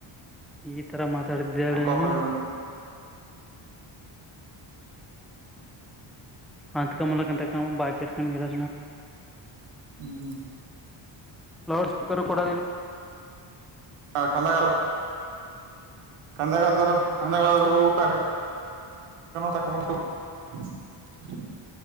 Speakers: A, in the centre; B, on the right.
A: ಈ ತರ ಮಾತಾಡಿದ್ದೆ
B: ಕಾಪದ
A: ನೀನು ಹಂತ ಕಾಮಲ್ಲಂತ ಕ ಬಾಕಿ ಇರ್ಕಲ್ಲ
B: ಹ್ಮ್ಮ
A: ಲೌಡ್ ಸ್ಪೀಕರ್ ಕೂಡ
B: ಕನ್ನಗ <unintelligible> ಕಂದಗಾಲದರು ಕಂದಗಾಲದ ಹೋಗಪ ತ <unintelligible>